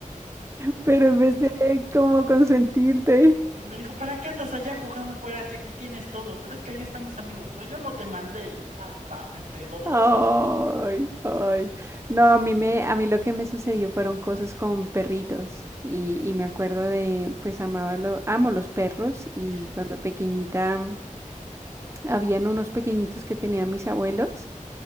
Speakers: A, on the right (about 20°); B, on the right (about 75°).
A: pero en vez de como consentirte.
B: Pues me dijo, ¿para qué andas allá jugando afuera si aquí tienes todo? Pero es que ahí están mis amigos. Pues yo no te mandé y pa, pa, me pegó dos
A: Ay,
B: veces.
A: ay. No, a mí
B: Sí,
A: me, a mí lo que me sucedió fueron cosas con perritos y, y me acuerdo de, pues amaba lo, amo los perros y
B: sí, sí.
A: cuando pequeñita mm, habían unos pequeñitos que tenían mis abuelos